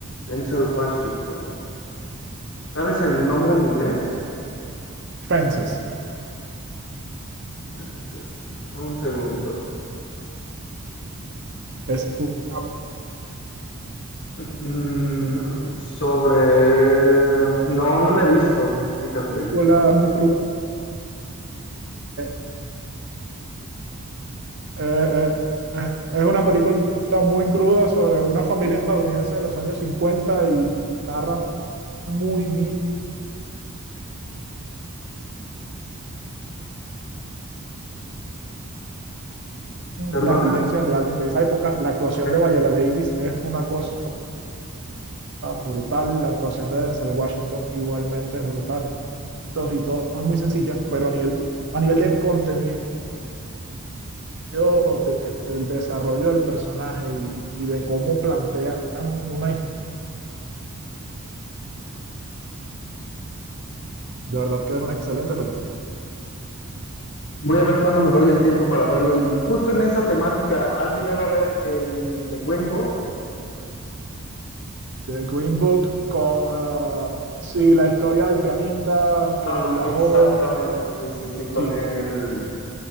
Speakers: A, on the left; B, on the right.
A: Denzel Washington. ¿Sabes el nombre en inglés?
B: Fences,
A: Entonces, dame un segundo.
B: es una
A: Mm, sobre... No, no lo he visto, fíjate.
B: película muy cruda. eh, eh, eh, es una película muy cruda sobre una familia estadounidense de los años 50 y narra muy bien
A: ¿Perdona?
B: las vivencias de alguien de esa época. La actuación
A: Ok.
B: de Viola Davis es una cosa brutal. La actuación de Denzel Washington igualmente es brutal. Y todo es muy sencilla, pero a nivel, a nivel de contenido, de, del desarrollo del personaje y, y, de cómo plantean una historia, de verdad que es una excelente película.
A: Voy a ver cuándo me doy el tiempo para verlo. Y justo en esa temática, ¿has llegado a ver el de Green Book?
B: The Green Book, con, uh, sí, la historia del pianista
A: Ajá,
B: que viajó,
A: exactamente, sí, sí, sí, con
B: sí,
A: el